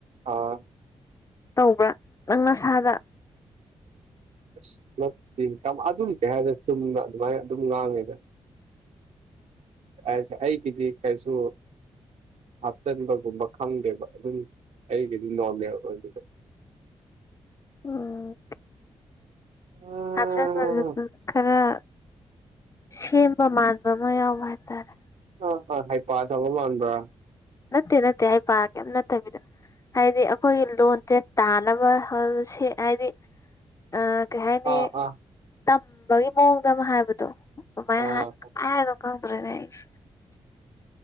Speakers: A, on the right (about 65°); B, on the left (about 25°).
A: ꯑꯥ
B: ꯇꯧꯕ꯭ꯔꯥ ꯅꯪ ꯑꯁꯥꯗ
A: ꯑꯁ ꯅꯠꯇꯦ ꯑꯗꯨꯝ ꯀꯩ ꯍꯥꯏꯔꯗ ꯆꯨꯝꯅ ꯑꯗꯨꯃꯥꯏꯅ ꯑꯗꯨꯝ ꯉꯥꯡꯉꯦꯗ ꯑꯩ ꯑꯩ ꯀꯗꯤ ꯀꯩꯁꯨ ꯍꯥꯞꯆꯟꯕꯒꯨꯝꯕ ꯈꯪꯗꯦꯕ ꯑꯗꯨꯝ ꯑꯩꯒꯗꯤ ꯅꯣꯔꯃꯦꯜ ꯑꯣꯏꯕꯗꯣ
B: <unintelligible> ꯎꯝ
A: ꯑꯥ
B: ꯑꯣ ꯍꯥꯖ ꯈꯔ ꯁꯤꯕ ꯃꯥꯔꯕ ꯃ ꯌꯥꯎꯕ ꯍꯥꯏꯇꯥꯔꯦ
A: ꯑꯥ ꯑꯥ ꯍꯩꯄꯥ ꯁꯥꯕ ꯃꯥꯟꯕ꯭ꯔꯥ
B: ꯅꯠꯇꯦ ꯅꯠꯇꯦ ꯑꯩ ꯄꯥꯒꯦ ꯅꯠꯇꯕꯤꯗ ꯍꯥꯏꯗꯤ ꯑꯩꯈꯣꯏꯒꯤ ꯂꯣꯟꯁꯦ ꯇꯥꯅꯕ ꯁꯤ ꯍꯥꯏꯗꯤ ꯑꯥꯀꯩ ꯍꯥꯏꯅꯤ
A: ꯑꯥ ꯑꯥ
B: ꯇꯝꯕꯒꯤ ꯃꯑꯣꯡꯗ ꯑꯃ ꯍꯥꯏꯕꯗꯣ ꯑꯗꯨꯃꯥꯏꯅ
A: ꯑꯥ
B: ꯍꯥꯏꯗꯣ ꯈꯪꯗ꯭ꯔꯦꯅꯦ ꯑꯩꯁꯦ